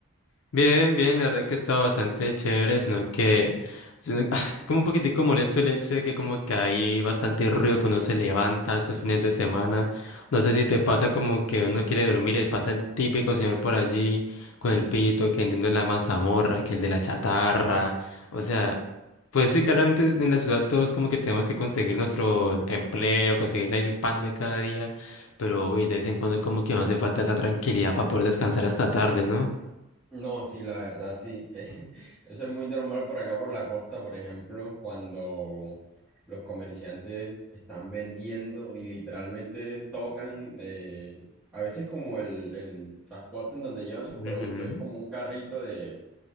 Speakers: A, on the left (about 70°); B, in the centre.
A: Bien, bien, la verdad que está bastante chévere, sino que sino- ah, es como un poquitico molesto el hecho de que como que hay bastante ruido cuando uno se levanta estos fines de semana. No sé si te pasa como que uno quiere dormir y pasa el típico señor por allí con el pito, que entiendo la mazamorra, que el de la chatarra. O sea, pues sí, claramente en la ciudad todos como que tenemos que conseguir nuestro empleo, conseguir el pan de cada día, pero uy, de vez en cuando como que me hace falta esa tranquilidad para poder descansar hasta tarde, ¿no?
B: No, sí, la verdad, sí. <laughs> Eh, Eso es muy normal por acá, por la costa, por ejemplo, cuando los comerciantes están vendiendo y literalmente tocan, eh, a veces como el, el transporte en donde llevan sus
A: Ujú.
B: productos, es como un carrito de,